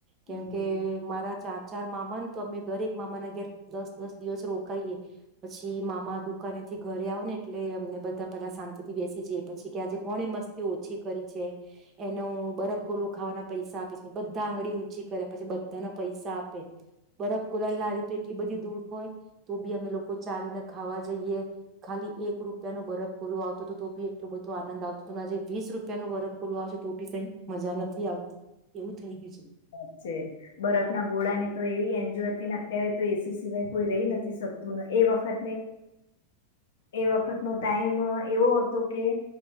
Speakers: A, on the right; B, on the left.
A: કેમકે
B: હમ
A: મારા ચાર. ચાર મામા ને તો અમે દરેક મામાના ઘેર દસ દસ દિવસ રોકાઈએ. પછી મામા દુકાનેથી ઘરે આવ ને એટલે અમને બધા પેલા શાંતિ થી બેસી જઈ પછી કે આજે કોણે મસ્તી ઓછી કરી છે એનો બરફ ગોલો ખાવાના પૈસા આપીશ બધા આંગળી ઊંચી કરે પછી બધાને પૈસા આપે બરફ ગોલા ને લાવે તો એટલી બધી દૂર હોય તો બી અમે લોકો. ચાલીને ખાવા જઈએ ખાલી એક રૂપિયા ન બરફ ગોલું આવતો હતો તો બી એટલો બધો આનંદ આવતો હતો આજે વીસ રૂપિયા નું બરફ ગોલું આવશે તો બી કઈ મજા નથી આવતી એવું થઇ ગયું છે.
B: સાચે બરફ ના ગોડાની તો એવી એન્જોય <unintelligible> અત્યારે તો એ સી સિવાય કોઈ રહી નથી શકતુંને એ વખતને એ વખત નો ટાઈમ એવો હતો કે